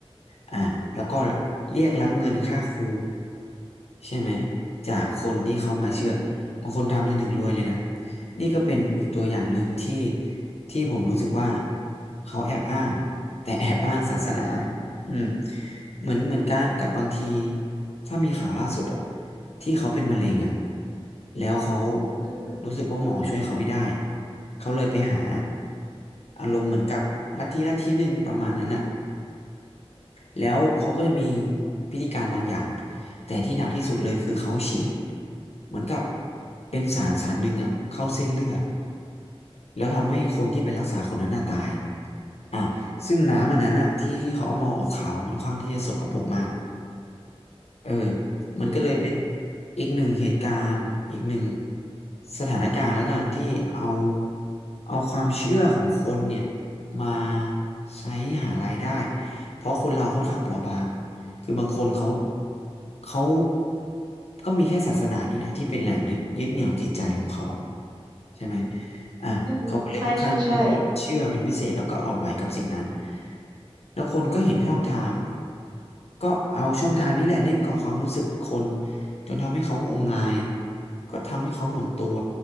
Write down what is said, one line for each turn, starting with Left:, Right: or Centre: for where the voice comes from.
Left: อ่าแล้วก็เรียกรับเงินค่าครูใช่ไหมจากคนที่เขามาเชื่อ
Right: อืมอืม
Left: บางคนทำจนถึงรวยเลยนะนี่ก็เป็นอีกตัวอย่างหนึ่งที่ที่ผมรู้สึกว่าเขาแอบอ้าง แต่แอบอ้างศาสนาอืมเหมือนเหมือนกันกับบางทีถ้ามีข่าวล่าสุดอะที่เขาเป็นมะเร็งอะแล้วเขา
Right: อืม
Left: รู้สึกว่าหมอช่วยเขาไม่ได้เขาเลยไปหาอารมณ์เหมือนกับลัทธิลัทธิหนึ่งประมาณนั้นอะแล้วเขาก็จะมีพิธีการบางอย่างแต่ที่หนักที่สุดเลยคือเขาฉีดเหมือนกับเป็นสารสารหนึ่งอะเข้าเส้นเลือดแล้วทำให้คนที่ไปรักษาคนนั้นน่ะตาย
Right: อืม
Left: อ่ะซึ่งน้ำอันนั้นอะที่ที่เขาเอามาออกข่าวอะมันค่อนข้างที่จะสกปรกมากเออมันก็เลยเป็น
Right: อืม
Left: อีกหนึ่งเหตุการณ์อีกหนึ่งสถานการณ์แล้วกันที่เอาเอาความเชื่อของคนเนี่ยมาใช้หารายได้เพราะคนเราค่อนข้างเปราะบางคือบางคนเขาเขาก็มีแค่ศาสนานี่แหละที่เป็นแหล่งยึดเหนี่ยวจิตใจของเขาอะใช่ไหม อ่ะเขาก็เลยค่อนข้างที่จะเชื่อเป็นพิเศษแล้วก็อ่อนไหวกับสิ่งนั้น
Right: อืมใช่ใช่ใช่
Left: แล้วคนก็เห็นช่องทางก็เอาช่องทางนี้แหละเล่นก่อความรู้สึกคนจนทำให้เขางมงายก็ทำให้เขาหมดตัว